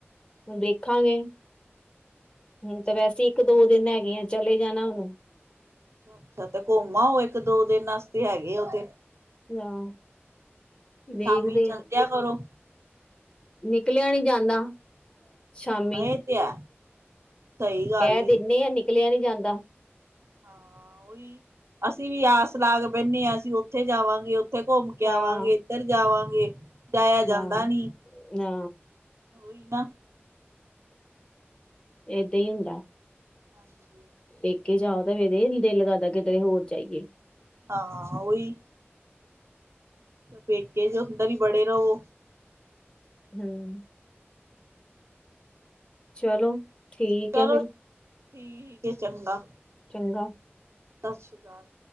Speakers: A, on the left; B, on the right.
A: ਵੇਖਾਂਗੇ,
B: ਅੱਛਾ
A: ਹਮ ਤੇ ਵੈਸੇ ਇੱਕ ਦੋ ਦਿਨ ਹੈਗੇ ਆ ਚਲੇ ਜਾਣਾ ਉਹਨੂੰ
B: ਅੱਛਾ- ਅੱਛਾ ਤੇ ਘੁੰਮ ਆਓ ਉਹ ਇੱਕ ਦੋ ਦਿਨ ਵਸਤੇ ਹੈਗੇ ਉਹ ਤੇ
A: ਆਹ, ਦੇਖਦੇ
B: ਸ਼ਾਮੀ ਚਲਦਿਆਂ
A: ਹਾਂ
B: ਕਰੋ
A: ਨਿਕਲਿਆ ਨੀ ਜਾਂਦਾ
B: ਹਾਂ
A: ਸ਼ਾਮੀ
B: ਇਹ ਤੇ ਹੈ ਸਹੀ ਗੱਲ
A: ਕਹਿ
B: ਏ।
A: ਦਿੰਦੇ ਆਂ, ਨਿਕਲਿਆ ਨੀ ਜਾਂਦਾ
B: ਹਾਂ ਉਹੀ, ਅਸੀਂ ਵੀ ਆਸ ਲਾਗ ਬਹਿੰਦੇ ਹਾਂ, ਅਸੀਂ ਉੱਥੇ ਜਾਵਾਂਗੇ ਉੱਥੇ ਘੁੰਮ ਕੇ
A: ਹਾਂ
B: ਆਵਾਂਗੇ, ਇੱਧਰ ਜਾਵਾਂਗੇ ਜਾਇਆ ਜਾਂਦਾ
A: ਨਾ,
B: ਨੀ
A: ਨਾ
B: ਉਹੀ ਨਾ
A: ਇਦਾ ਹੁੰਦਾ
B: ਹਾਂਜੀ
A: ਦੇਕੇ ਜਾਓ ਤਾਂ ਫਿਰ ਇਹ ਦਿਲ ਲ ਕਰਦਾ ਕਿਤੇ ਹੋਰ ਜਾਈਏ
B: ਹਾਂ, ਉਹੀ ਪੇਕੇ 'ਚ ਅੰਦਰ ਹੀ ਬੜੇ ਰਹਵੋ
A: ਹਮ ਚਲੋ ਠੀਕ
B: ਚਲੋ,
A: ਹੈ ਫਿਰ
B: ਠੀਕ ਹੈ ਚੰਗਾ
A: ਚੰਗਾ
B: ਸਤਿ ਸ਼੍ਰੀ ਅਕਾਲ